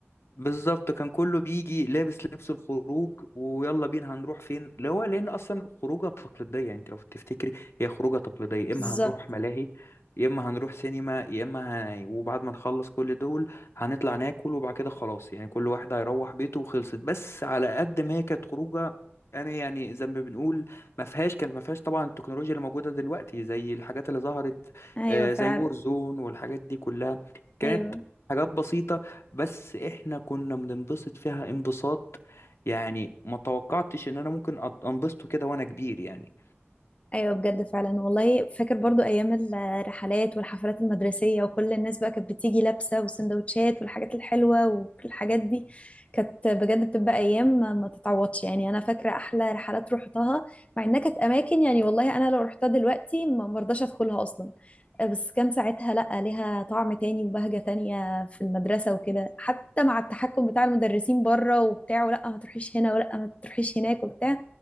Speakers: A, on the left; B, on the left.
A: بالظبط كان كله بيجي لابس لبس الخروج ويلا بينا هنروح فين اللي هو لان اصلا خروجه تقليديه يعني انت لو تفتكري هي خروجه تقليديه يا
B: بالظبط
A: اما هنروح ملاهي يا اما هنروح سينما يا اما ه... وبعد ما نخلص كل دول هنطلع ناكل وبعد كده خلاص يعني كل واحد هيروح بيته وخلصت بس على قد ما هي كانت خروجه انا يعني زي ما بنقول ما فيهاش كانت ما فيهاش طبعا التكنولوجيا اللي موجوده دلوقتي زي الحاجات اللي ظهرت
B: أيوة
A: آه،
B: فعلا
A: زي وورزون والحاجات دي كلها كانت
B: أيوة
A: حاجات بسيطة بس احنا كنا بننبسط فيها انبساط يعني ما توقعتش ان انا ممكن أت- انبسطه كده وانا كبير يعني
B: ايوه بجد فعلا والله فاكر برضو ايام الرحلات والحفلات المدرسيه وكل الناس بقى كانت بتيجي لابسه وسندوتشات والحاجات الحلوه والحاجات دي كانت بجد بتبقى ايام ما ما تتعوضش يعني انا فاكره احلى رحلات روحتها مع انها كانت اماكن يعني والله انا لو رحتها دلوقتي ما مرضاش ادخلها اصلا آه، بس كان ساعتها لا ليها طعم تاني وبهجه تانية في المدرسه وكده حتى مع التحكم بتاع المدرسين بره وبتاع ولا ما تروحيش هنا ولا ما تروحيش هناك وبتاع